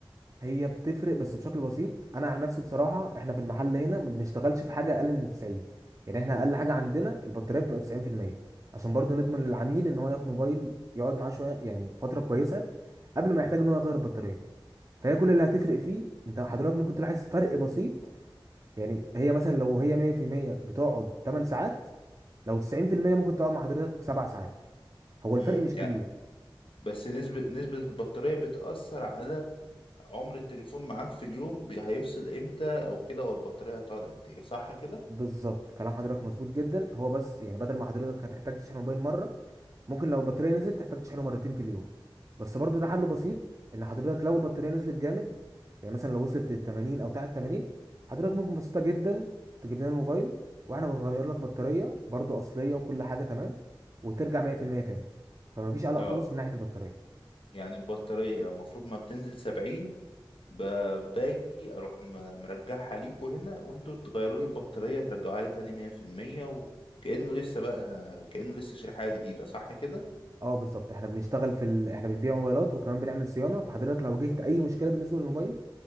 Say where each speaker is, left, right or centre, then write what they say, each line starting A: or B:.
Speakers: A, on the right (about 40°); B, on the left (about 80°).
A: هي بتفرق بس بشكل بسيط انا عن نفسي بصراحه احنا في المحل هنا ما بنشتغلش في حاجه اقل من 90 يعني احنا اقل حاجه عندنا البطاريه بتبقى 90% عشان برضو نضمن للعميل ان هو ياخد موبايل يقعد معاه شويه يعني فتره كويسه قبل ما يحتاج ان هو يغير البطاريه فهي كل اللي هتفرق فيه انت حضرتك ممكن تلاحظ فرق بسيط يعني هي مثلا لو هي 100% بتقعد 8 ساعات لو 90% ممكن تقعد مع حضرتك 7 ساعات هو الفرق
B: امم
A: مش
B: يعني
A: كبير
B: بس نسبة نسبة البطارية بتأثر على عمر التليفون معاك في اليوم بي- هيفصل امتى او كده او البطارية هتقعد قد ايه صح كده
A: بالظبط كلام حضرتك مظبوط جدا هو بس يعني بدل ما حضرتك هتحتاج تشحن الموبايل مره ممكن لو البطاريه نزلت تحتاج تشحنه مرتين في اليوم بس برضه ده حله بسيط ان حضرتك لو البطاريه نزلت جامد يعني مثلا لو وصلت ل 80 او تحت 80 حضرتك ممكن بسيطه جدا تجيب لنا الموبايل واحنا بنغير لك بطاريه برضه اصليه وكل حاجه تمام وترجع 100% تاني فما فيش قلق
B: اه
A: خالص من ناحيه البطاريه
B: يعني البطارية المفروض ما بتنزل سبعين ب- باجي اروح م- مرجعها ليكوا هنا وانتوا تغيروا لي البطارية ترجعوها لي تاني مية في المية وكأنه لسه بقى كأنه لسه شاري حاجة جديدة صح كده
A: اه بالظبط احنا بنشتغل في ال... احنا بنبيع موبايلات وكمان بنعمل صيانه فحضرتك لو واجهت اي مشكله بالنسبه للموبايل